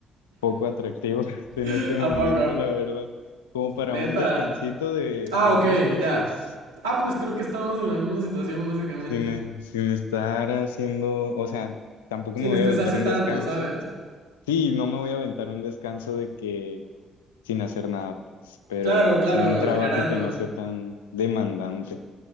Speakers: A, on the left (about 85°); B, on the right (about 80°).
A: poco atractivos <laughs> en
B: <laughs>
A: este
B: ¿A
A: momento,
B: poco?
A: la verdad, como para
B: Neta.
A: un descansito de,
B: Ah,
A: de
B: ok,
A: unos meses,
B: ya. Ah, pues creo que estamos en la misma situación básicamente.
A: sin, sin estar haciendo, o sea, tampoco
B: Sin
A: me voy
B: estresarse
A: a aventar un
B: tanto,
A: descanso.
B: ¿sabes?
A: Sí, no me voy a aventar un descanso de que sin hacer nada, pues, pero
B: Claro, claro,
A: sí un trabajo
B: generando.
A: que no sea tan demandante.